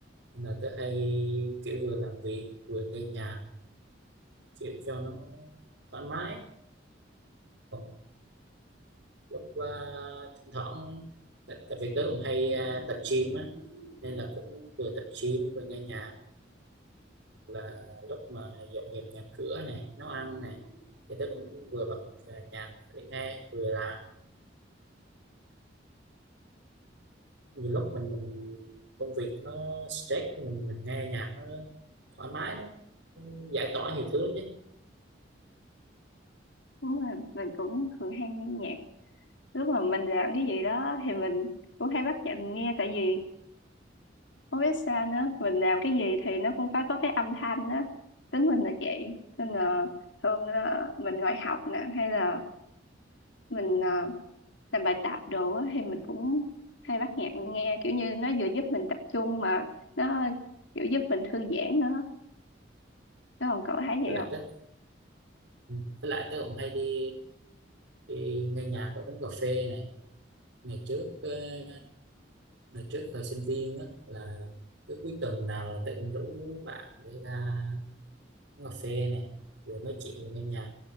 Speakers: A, on the right; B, on the left.
A: nên là tớ hay kiểu vừa làm việc vừa nghe nhạc kiểu cho nó thoải mái còn lúc ờ, thỉnh thoảng tại, tại vì tớ cũng hay ờ, tập gym á nên là cũng vừa tập gym vừa nghe nhạc là lúc mà dọn dẹp nhà cửa này nấu ăn này thì tớ cũng vừa bật à, nhạc để nghe vừa làm nhiều lúc mình mình công việc nó stress mình mình nghe nhạc nó thoải mái đấy nó giải tỏa nhiều thứ lắm nhé
B: đúng rồi mình cũng thường hay nghe nhạc lúc mà mình làm cái gì đó thì mình cũng hay bắt nhạc mình nghe tại vì không biết sao nữa mình làm cái gì thì nó cũng phải có cái âm thanh đó tính mình là vậy nên là thường là mình ngồi học nè hay là mình ờ, làm bài tập đồ á, thì mình cũng hay bắt nhạc mình nghe kiểu như nó vừa giúp mình tập trung mà nó kiểu giúp mình thư giãn nữa Đó, còn cậu thấy vậy
A: với lại
B: không
A: tớ ừ. với lại tớ cũng hay đi, đi nghe nhạc ở quán cà phê này ngày trước ờ, ngày trước thời sinh viên á là cứ cuối tuần nào là tớ cũng rủ bạn để ra quán cà phê này vừa nói chuyện vừa nghe nhạc